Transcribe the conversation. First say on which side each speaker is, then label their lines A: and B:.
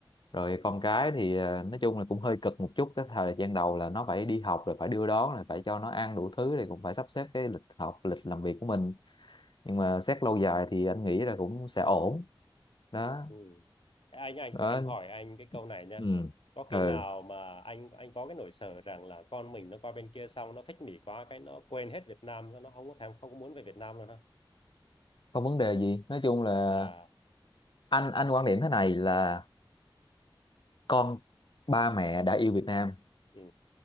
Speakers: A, on the left (about 65°); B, on the left (about 90°).
A: rồi
B: ừ.
A: con cái thì ờ, nói chung là cũng hơi cực một chút cái thời gian đầu là nó phải đi học rồi phải đưa đón rồi phải cho nó ăn đủ thứ thì cũng phải sắp xếp cái lịch học lịch làm việc của mình nhưng mà xét lâu dài thì anh nghĩ là cũng sẽ ổn đó
B: Ừ. Anh anh
A: đó
B: em hỏi anh cái câu này nha.
A: ừ
B: Có khi
A: ừ
B: nào mà anh anh có cái nỗi sợ rằng là con mình nó qua bên kia xong nó thích Mỹ quá cái nó quên hết Việt Nam nó không có thèm không có muốn về Việt Nam luôn không?
A: không vấn đề gì nói chung là
B: À
A: anh anh quan điểm thế này là con ba mẹ đã yêu Việt Nam
B: ừ